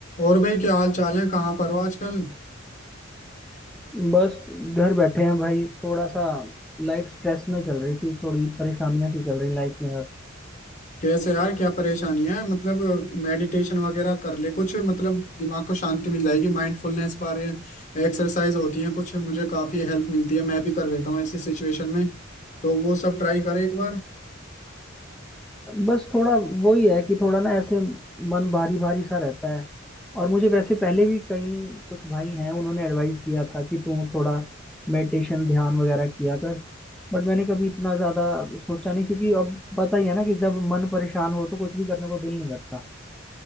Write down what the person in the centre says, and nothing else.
बस घर बैठे हैं भाई थोड़ा सा लाइफ स्ट्रेस में चल रही थी थोड़ी परेशानियां सी चल रही लाइफ में यार
बस थोड़ा वो ही है कि थोड़ा ना ऐसे मन भारी भारी सा रहता है और मुझे वैसे पहले भी कई कुछ भाई हैं उन्होंने एडवाइस किया था कि तू थोड़ा मेडिटेशन ध्यान वगैरह किया कर बट मैंने कभी इतना ज्यादा सोचा नहीं क्योंकि अब पता ही है ना कि जब मन परेशान हो तो कुछ भी करने को दिल नहीं करता